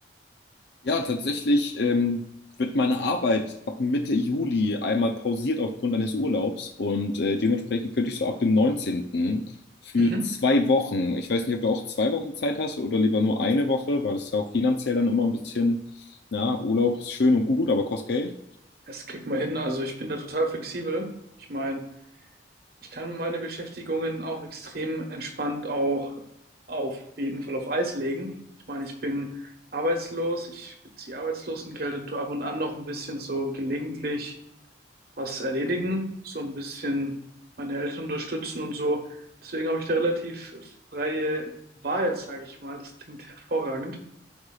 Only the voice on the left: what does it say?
Ja, tatsächlich ähm, wird meine Arbeit ab Mitte Juli einmal pausiert aufgrund eines Urlaubs und äh, dementsprechend könnte ich so ab dem neunzehnten für
zwei Wochen, ich weiß nicht, ob du auch zwei Wochen Zeit hast oder lieber nur eine Woche, weil es ja auch finanziell dann immer ein bisschen, na, Urlaub ist schön und gut, aber kostet Geld.